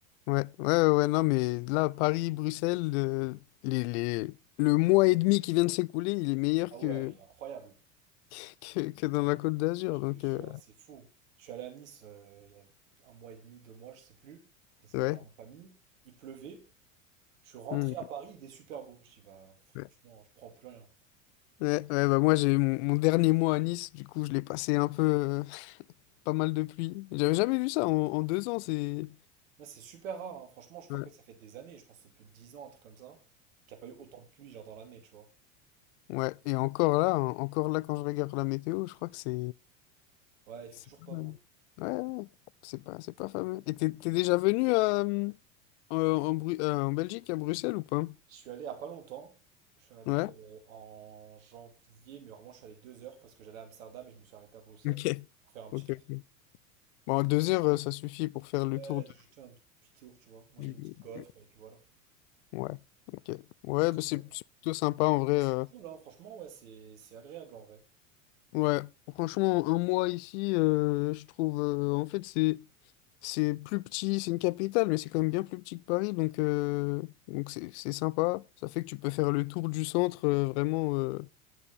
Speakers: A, on the left; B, on the right.
A: ouais, ouais, ouais, non, mais là, Paris, Bruxelles, le, les, les- le mois et demi qui vient de s'écouler, il est meilleur
B: Ah
A: que,
B: ouais, il est incroyable.
A: <laughs> que, que dans la Côte d'Azur,
B: Je
A: donc
B: te jure,
A: euh,
B: hein, c'est fou. Je suis allé à Nice euh, il y a un mois et demi, deux mois, je sais plus. Je suis descendu
A: ouais.
B: voir ma famille. Il pleuvait. Je suis rentré
A: Mhm.
B: à Paris, il est super beau. Je dis, bah, franchement,
A: Ouais,
B: je prends plus rien.
A: ouais, ouais, bah moi, j'ai mon, mon dernier mois à Nice, du coup, je l'ai passé un peu... euh, pas mal de pluie. J'avais jamais vu ça en, en deux ans, c'est...
B: Moi, c'est super rare, hein. Franchement, je crois
A: Ouais.
B: que ça fait des années, je pense plus de 10 ans, un truc comme ça, qu'il n'y a pas eu autant de pluie, genre dans l'année, tu vois.
A: Ouais, et encore là, en- encore là, quand je regarde la météo, je crois que c'est.
B: Ouais, il
A: c'est
B: fait toujours
A: pas
B: pas
A: mal.
B: beau.
A: Ouais, ouais, ouais. c'est pas, c'est pas fameux. Et t'es t'es déjà venu à, euh, en, en Bru- euh, en Belgique, à Bruxelles ou pas?
B: Je suis allé il y a pas longtemps. Je suis allé
A: Ouais?
B: euh, en janvier, mais vraiment, je suis allé deux heures parce que j'allais à Amsterdam et je me suis arrêté à Bruxelles
A: Ok.
B: pour faire un petit
A: Ok,
B: tour.
A: ok. Bon, en deux heures, euh, ça suffit pour faire
B: Ouais,
A: le tour de-
B: juste un petit petit tour, tu vois. Manger
A: du.
B: une petite gaufre et puis voilà.
A: Ouais, ok. Ouais,
B: Juste
A: bah,
B: histoire,
A: c'est
B: ouais.
A: c'est plutôt sympa en vrai.
B: C'est
A: euh.
B: cool, hein. Franchement, ouais, c'est c'est agréable en vrai.
A: Ouais, franchement, un mois ici, euh, je trouve. euh, en fait, c'est. C'est plus petit, c'est une capitale, mais c'est quand même bien plus petit que Paris, donc euh, donc c'est c'est sympa. Ça fait que tu peux faire le tour du centre euh, vraiment euh,